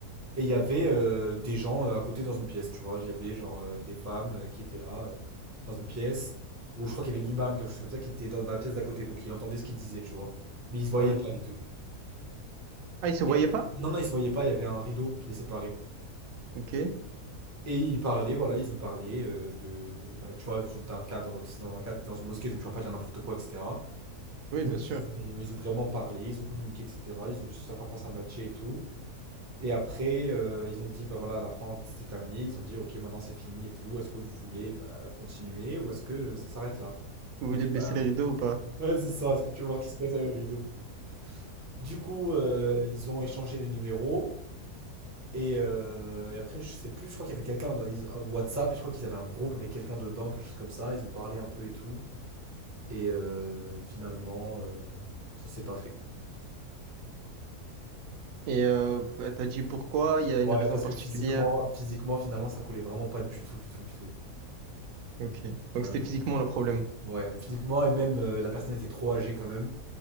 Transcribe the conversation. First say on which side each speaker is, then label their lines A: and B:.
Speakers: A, on the right; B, on the right.
A: Et il y avait euh, des gens euh, à côté dans une pièce, tu vois. Il y avait genre euh, des femmes euh, qui étaient là, euh, dans une pièce, où je crois qu'il y avait l'imam, quelque chose comme ça, qui était dans la pièce d'à côté, donc il entendait ce qu'ils disaient, tu vois. Mais ils se voyaient
B: Ouais.
A: pas, les deux.
B: Ah, ils se voyaient
A: Et-
B: pas?
A: Non, non, ils se voyaient pas, il y avait un rideau qui les séparait.
B: Ok.
A: Et ils parlaient, voilà, ils ont parlé euh, de, bah, tu vois, d'un cadre, c'est dans un cadre, dans une mosquée, donc je ne vais pas dire n'importe quoi, etc.
B: Oui,
A: Donc
B: bien sûr.
A: ils ont, ils ont vraiment parlé, ils ont communiqué, etc. Ils ont vu sur certains points ça matchait et tout. Et après, euh, ils ont dit, bah voilà, à la fin, c'était terminé. Ils ont dit, ok, maintenant c'est fini et tout. Est-ce que vous voulez bah, continuer ou est-ce que ça s'arrête là?
B: Vous voulez
A: Ils ont dit,
B: baisser
A: bah
B: les
A: <laughs>
B: rideaux ou pas?
A: ouais, ouais, c'est ça, est-ce que tu veux voir qui se cache derrière le rideau? Du coup, euh, ils ont échangé les numéros. Et, euh, et après, je sais plus, je crois qu'il y avait quelqu'un dans ils- un WhatsApp, et je crois qu'ils avaient un groupe avec quelqu'un dedans, quelque chose comme ça. Ils ont parlé un peu et tout. Et euh, finalement, euh, ça s'est pas fait.
B: Et euh, t'as dit pourquoi? Il y a une
A: Ouais,
B: raison
A: parce
B: particulière.
A: que physiquement, physiquement, finalement, ça collait vraiment pas du tout, du tout, du tout.
B: Ok. Donc
A: Malheureusement.
B: c'était physiquement le problème.
A: Ouais, physiquement, et même euh, la personne était trop âgée quand même.